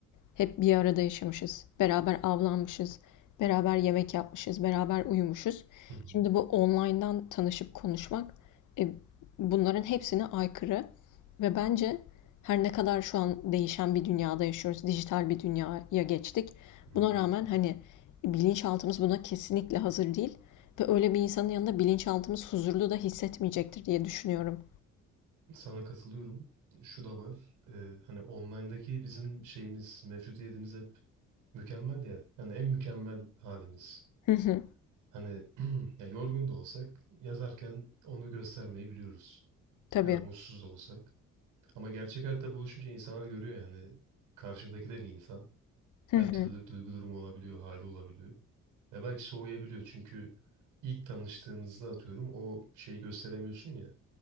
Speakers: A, on the left; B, on the right.
A: Hep bir arada yaşamışız. Beraber avlanmışız. Beraber yemek yapmışız. Beraber uyumuşuz.
B: Hı hı.
A: Şimdi bu online'dan tanışıp konuşmak e, bunların hepsine aykırı ve bence her ne kadar şu an değişen bir dünyada yaşıyoruz, dijital bir dünyaya geçtik.
B: Hı
A: Buna
B: hı.
A: rağmen hani bilinçaltımız buna kesinlikle hazır değil ve öyle bir insanın yanında bilinçaltımız huzurlu da hissetmeyecektir diye düşünüyorum.
B: Sana katılıyorum. Şu da var. e, hani online'daki bizim şeyimiz, mevcudiyetimiz hep mükemmel ya. Yani en mükemmel halimiz.
A: Hı hı,
B: Hani <clears throat> ya yorgun da olsak yazarken onu göstermeyi biliyoruz.
A: tabii.
B: Ya da mutsuz da olsak. Ama gerçek hayatta buluşunca insanlar görüyor yani. Karşımdaki de bir insan.
A: Hı
B: Her
A: hı,
B: türlü duygu durumu olabiliyor, hali olabiliyor. Ve belki soğuyabiliyor çünkü ilk tanıştığımızda atıyorum o şeyi gösteremiyorsun ya.